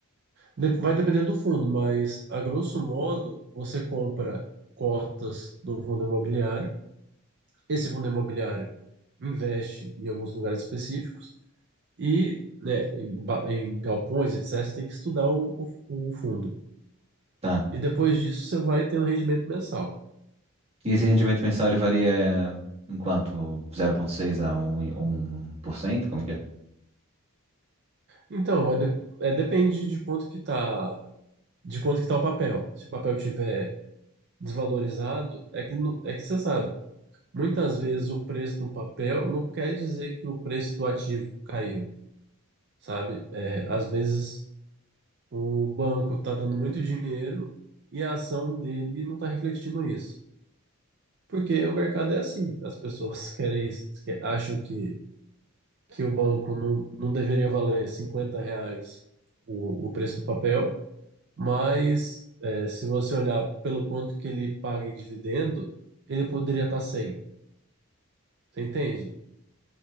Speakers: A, on the right (about 50°); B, on the right (about 30°).
A: De- Vai depender do fundo, mas a grosso modo você compra cotas do fundo imobiliário. Esse fundo imobiliário investe em alguns lugares específicos e, né, em, ba- em galpões, etc. Você tem que estudar o, o- o fundo.
B: Tá.
A: E depois disso você vai tendo rendimento mensal.
B: E esse rendimento mensal ele varia é, em quanto? zero vírgula seis a um um por cento Como é que é?
A: Então, vai de- é, depende de quanto que tá, de quanto que tá o papel. Se o papel tiver desvalorizado, é que, não- é que você sabe. Muitas vezes o preço do papel não quer dizer que o preço do ativo caiu. sabe? É, às vezes o banco está dando muito dinheiro e a ação dele não está refletindo isso. Porque o mercado é assim, as pessoas <laughs> querem, que- acham que, que o banco não, não deveria valer 50 reais o, o preço do papel, mas é, se você olhar pelo quanto que ele paga em dividendo, ele poderia estar 100, você entende?